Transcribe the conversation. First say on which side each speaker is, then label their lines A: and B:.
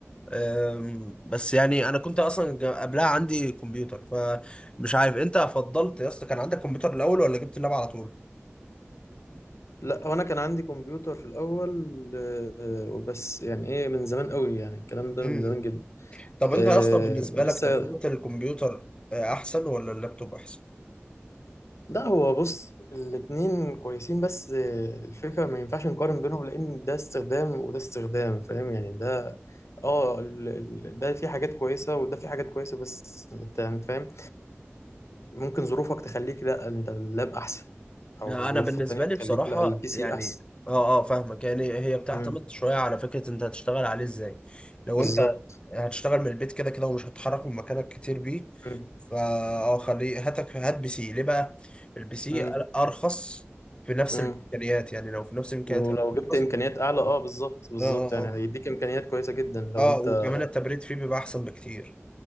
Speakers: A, on the left (about 20°); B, on the left (about 80°).
A: أم، بس يعني انا كنت اصلا جا- قبلها عندي كمبيوتر فمش عارف انت فضلت يا اسطى كان عندك كمبيوتر الاول ولا جبت اللاب على طول
B: لا هو انا كان عندي كمبيوتر في الاول آه، وبس يعني ايه من زمان قوي يعني الكلام ده
A: مم.
B: من زمان جدا
A: طب انت
B: آه
A: يا اسطى بالنسبه
B: لسه
A: لك تجربه الكمبيوتر آه، احسن ولا اللابتوب احسن
B: لا هو بص الاتنين كويسين بس الفكرة ما ينفعش نقارن بينهم لأن ده استخدام وده استخدام فاهم يعني ده اه ال- ال- ده في حاجات كويسة وده في حاجات كويسة بس انت يعني فاهم ممكن ظروفك تخليك لا انت اللاب أحسن
A: لا
B: أو
A: انا
B: ظروف
A: بالنسبه
B: تانية
A: لي
B: تخليك
A: بصراحه
B: لا البي سي
A: يعني
B: أحسن
A: اه اه فاهمك يعني هي بتعتمد
B: مم.
A: شويه على فكره انت هتشتغل عليه ازاي لو
B: بالظبط
A: انت هتشتغل من البيت كده كده ومش هتتحرك من مكانك كتير بيه
B: مم.
A: فا اه خليه هاتك هات بي سي ليه بقى؟ البي سي
B: مم.
A: ارخص في نفس
B: مم.
A: الامكانيات يعني لو في نفس الامكانيات
B: ولو
A: ارخص
B: جبت إمكانيات أعلى اه بالظبط بالظبط
A: اه اه
B: يعني هيديك إمكانيات كويسة جدا لو
A: اه
B: انت
A: اه وكمان التبريد فيه بيبقى احسن بكتير